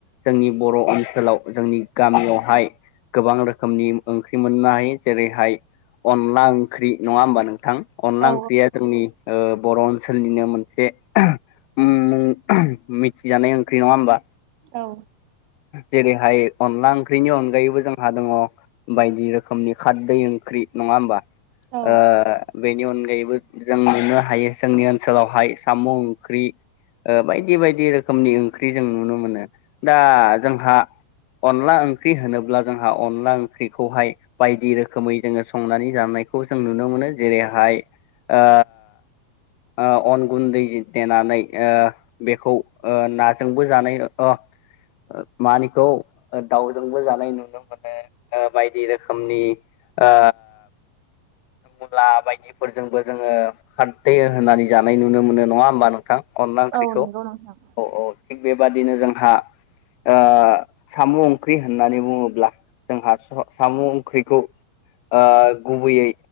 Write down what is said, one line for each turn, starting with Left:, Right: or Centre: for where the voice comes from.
Left: जोंनि बर' ओनसोलाव जोंनि गामियावहाय गोबां रोखोमनि ओंख्रि मोननाय जेरैहाय अनला ओंख्रि नङा होमबा नोंथां अनला
Right: औ
Left: ओंख्रैआ जोंनि ओ बर' ओनसोलनिनो मोनसे मुं मिथिजानाय ओंख्रि नङा होमबा
Right: औ
Left: जेरैहाय अनला ओंख्रिनि अनगायैबो जोंहा दङ बायदि रोखोमनि खारदै ओंख्रि नङा होमबा
Right: औ
Left: ओ बेनि अन गायैबो जों नुनो हायो जोंनि ओनसोलावहाय साम' ओंख्रि ओ बायदि बायदि रोखोमनि ओंख्रि जों नुनो मोनो दा जोंहा अनला ओंख्रि होनोब्ला जोंहा अनला ओंख्रिखौहाय बायदि रोखोमै जोङो संनानै जानाय बेखौ जों नुनो मोनो जेरैहाय ओ ओ अन गुन्दै देनानै बेखौ ना जोंबो जानाय ओ मानिखौ दाउजोंबो जानाय नुनो मोनो ओ बायदि रोखोमनि ओ मुला बायदिफोरजोंबो जोङो खारदै होनानै जानाय नुनो मोनो नङा होमबा नोंथां अनला ओंख्रिखौ
Right: औ नंगौ
Left: औ
Right: नोंथां
Left: औ थिग बेबादिनो जोंहा ओ साम' ओंख्रि होननानै बुङोब्ला जोंहा स साम' ओंख्रिखौ ओ गुबैयै